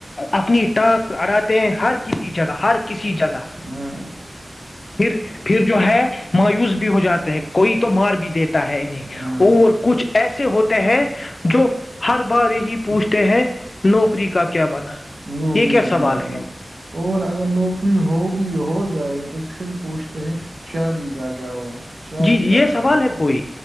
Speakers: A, on the left (about 50°); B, on the right (about 55°).
A: اپنی تٹاک ارات ہیں ہر کسی جگہ ہر کسی جگہ
B: ہاں
A: پھر پھر جو ہے مایوس بھی ہو جاتا ہے کوئی تو مار بھی دیتے ہے انہیں
B: ہاں
A: اور کچھ ایسے ہوتے ہیں جو ہر بار ہی پوچھتے ہیں نوکری کا کیا بنا
B: نوکری
A: یہ
B: کا
A: سوال
B: کیا بنا
A: ہے
B: اور اگر نوکری ہو بھی ہو جائے تو پھر پوچھتے ہیں شادی کا کیا ہوا شادی
A: جی جی
B: کا
A: یہ
B: کیا
A: سوال
B: ہوا
A: ہے کوئی